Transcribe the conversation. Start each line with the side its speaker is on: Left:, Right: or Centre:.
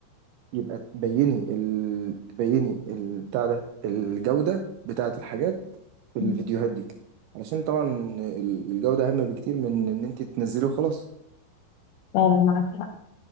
Right: يبقى تبيني ال... تبيني ال... بتاع ده الجوده بتاعه الحاجات في الفيديوهات
Left: مم.
Right: دي علشان طبعا ال- الجوده اهم بكتير من ان انت تنزلي وخلاص
Left: فعلا معاك حق